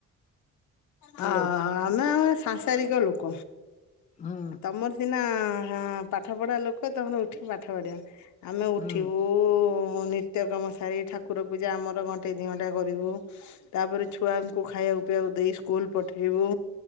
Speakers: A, on the left (about 25°); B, on the left (about 70°).
A: ହ୍ୟାଲୋ
B: ହାଁ। ଆମେ ଆ ସାଂସାରିକ ଲୋକ
A: ହୁଁ
B: ତମର ସିନା ପାଠ ପଢ଼ା ଲୋକ ତମ ଉଠିକି ପାଠ ପଢ଼ିବା ଆମେ ଉଠିବୁ
A: ହୁଁ
B: ନିତ୍ୟ କମ ସାରି ଠାକୁର ପୂଜା ଆମର ଘଣ୍ଟେ ଦି ଘଣ୍ଟା କରିବୁ। ତାପରେ ଛୁଆଙ୍କୁ ଖାଇବା ପିଇବାକୁ ଦେଇ ସ୍କୁଲ ପଠେଇବୁ।